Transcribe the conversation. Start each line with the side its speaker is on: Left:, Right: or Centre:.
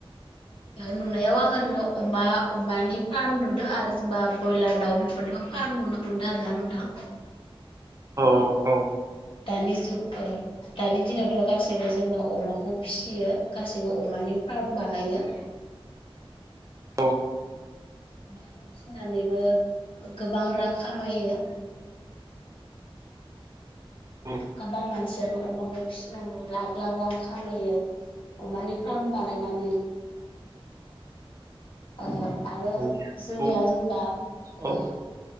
Left: नुनायाव आं ओरैनो अमा अमानि फार्म नुदों आरो जेनेबा ब्रयलार दाउ बेफोरनो फारम नुनो मोनदों आरोना नोंथां।
Right: औ औ
Left: दानि जुग दानि दिनावथ' गासैबो जेनेबा अमाखौ फिसियो गासैबो अमानि फार्म बानायो।
Right: औ
Left: बा फिसिनानैबो गोबां रां खामायो।
Right: औ
Left: गोबां मानसियानो अमाखौ फिसिनानै लाख लाख रां खामायो। अमानि फार्म बानायनानै ओ आरो
Right: औ
Left: जोंनिया
Right: औ
Left: जेनेबा
Right: औ
Left: ओ